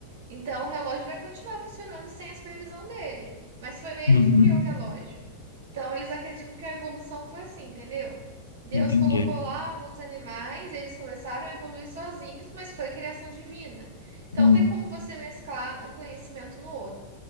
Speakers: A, on the right (about 60°); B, on the left (about 75°).
A: Então, o relógio vai continuar funcionando sem a supervisão dele, mas foi ele
B: uhum,
A: que criou o relógio. Então, eles acreditam que a evolução foi assim, entendeu? Deus
B: entendi.
A: colocou lá alguns animais, eles começaram a evoluir sozinhos, mas foi criação divina. Então,
B: Hum,
A: tem como você mesclar um conhecimento no outro.